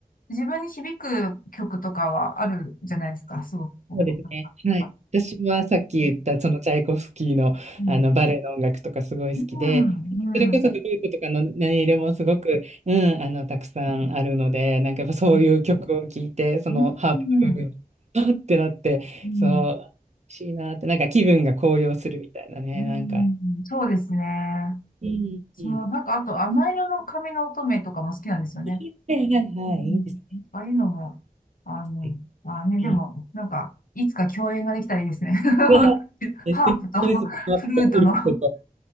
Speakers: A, on the left (about 70°); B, on the right (about 50°).
A: 自分に響く曲とかはあるじゃないですか、すごくこう。
B: そうですね。
A: な
B: はい。
A: んか
B: 私はさっき言った、
A: うん。
B: そのチャイコフスキーの、
A: うん。
B: あのバレエの音楽とかすごい好きで、
A: うん。
B: それこそフルートとかの音色もすごく、
A: うん。
B: うん、あの、たくさんあるので、なんかやっぱそういう曲を聴いて、
A: うん。
B: そのハープの部分に、
A: うん。
B: あってなって、
A: うん。
B: そう、欲しいなって、なんか気分が高揚するみたいなね、
A: うんそうですね。
B: なんか。うん、
A: そう、
B: うん。
A: なんかあと、甘色の髪の乙女とかも好きなんですよね。
B: はいはいはい、
A: うん。
B: いいです
A: ああいうのも、あの、
B: ね。
A: まあね、でも、
B: うん
A: なんか、いつか共演ができたらいいですね。<laughs>
B: うわ素敵です。
A: ハープと
B: ハープとフルートと
A: フルートの